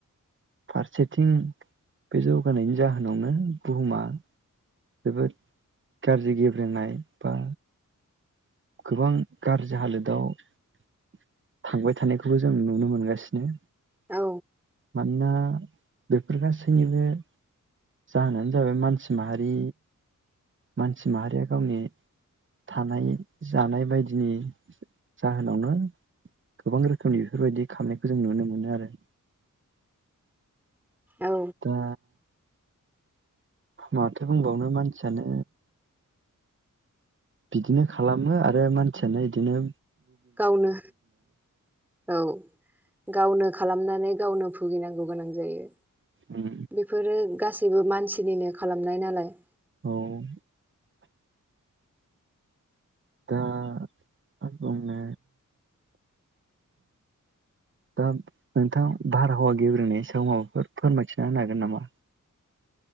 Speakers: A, on the right; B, in the centre.
A: फारसेथिं बे जौगानायनि जाहोनावनो बुहुमा जोबोद गाज्रि गेब्रेंनाय बा गोबां गाज्रि हालोदाव थांबाय थानायखौबो जों नुनो मोनगासिनो।
B: औ
A: मानोना बेफोर गासैनिबो जाहोनानो जाबाय मानसि माहारि मानसि माहारिया गावनि थानाय जानाय बायदिनि जाहोनावनो गोबां रोखोमनि बेफोरबायदि खालामामनायखौ जों नुनो मोनो आरो।
B: औ
A: दा माथो बुंबावनो मानसियानो बिदिनो खालामो आरो मानसियानो इदिनो
B: गावनो औ गावनो खालामनानै गावनो भुगिनांगौ गोनां जायो
A: आरो
B: बेफोरो गासैबो मान सिनिनो खालामनाय नालाय
A: औ दा आं बुंनो दा नोंथां बारहावा गेब्रेनायनि सायाव माबाफोर फोरमायथिना होनो हागोन नामा?